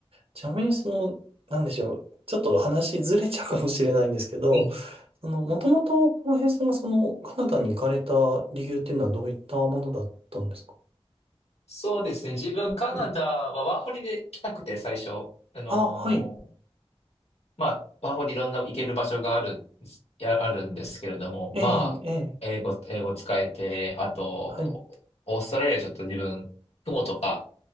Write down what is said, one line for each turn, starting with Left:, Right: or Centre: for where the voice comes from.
Right: ちなみにその、なんでしょう。ちょっと話ずれちゃうかもしれないんですけど、
Left: うん。
Right: その、もともと、浩平さんがその、カナダに行かれた理由っていうのはどういったものだったんですか
Left: そうですね。自分、カナダはワーホリで来たくて、
Right: はい。
Left: 最初。あのー
Right: あ、はい。
Left: まあ、ワーホリいろんな行ける場所がある、やあるんですけれども、
Right: ええ、
Left: まあ、
Right: ええ、
Left: 英語、英語使えて、あと、
Right: はい。
Left: オーストラリアちょっと自分、雲とか